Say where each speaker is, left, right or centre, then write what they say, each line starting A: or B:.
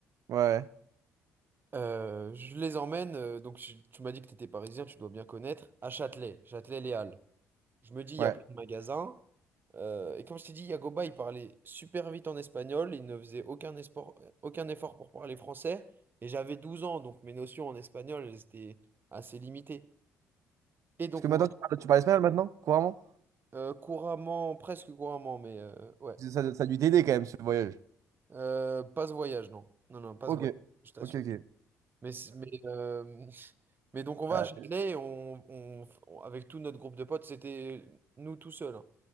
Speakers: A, on the right; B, on the right.
A: Ouais.
B: Euh, je les emmène, euh, donc je- tu m'as dit que tu étais parisien, tu dois bien connaître, à Châtelet, Châtelet-Les Halles. Je me dis, il y
A: Ouais.
B: a plein de magasins. Euh, et comme je t'ai dit, Yagoba, il parlait super vite en espagnol. Il ne faisait aucun espor- aucun effort pour parler français. Et j'avais 12 ans, donc mes notions en espagnol, elles étaient assez limitées. Et donc,
A: Parce que maintenant,
B: on va
A: tu parles, tu parles espagnol maintenant, couramment?
B: euh, couramment, presque couramment, mais euh, ouais.
A: Ça, ça a dû t'aider quand même, ce voyage.
B: Euh, pas ce voyage, non. Non, non, pas
A: Ok.
B: ce voyage, je t'assure.
A: Ok, ok.
B: Mais, c- mais, euh, <laughs> mais donc, on va
A: <laughs>
B: à Châtelet, et on, on- on- avec tout notre groupe de potes, c'était nous tout seuls. hein.